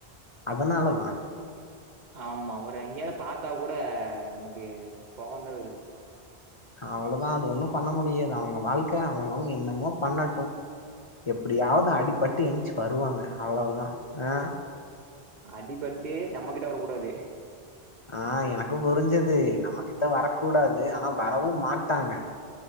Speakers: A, on the left; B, on the right.
A: அதனால தா
B: ஆமா வட் இப்ப எங்கியாவது பாத்தா கூட நமக்கு கோவோ தா வருது
A: அவ்ளோதா அது ஒண்ணு பண்ண முடியாது அவ்ங்க வாழ்க்க அவுங்கவங்க என்னமோ பண்ணட்டு எப்டியாவது அடிபட்டு எந்திரிச்சு வருவாங்க அவ்வளோ தா அஹ்
B: அடிப் பட்டே நம்மகிட்ட வரக்கூடாது
A: ஆ எனக்கும் புரிஞ்சது நம்ம கிட்ட வரக் கூடாது ஆனா வரவும் மாட்டாங்க